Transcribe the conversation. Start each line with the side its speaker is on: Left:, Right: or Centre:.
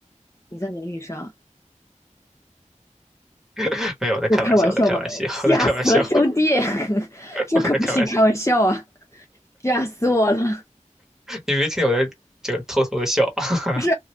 Left: 你在轮椅上，
Centre: <laughs> 没有，我在开玩笑，
Left: 我开玩笑吧，
Centre: 我在开玩笑，
Left: 吓死了兄弟，
Centre: 我在开玩笑，
Left: <laughs> 这可不是开玩笑啊，
Centre: 我在开玩笑。
Left: 吓死我了，
Centre: 你没听见我在就是偷偷的笑，<laughs>
Left: 不是，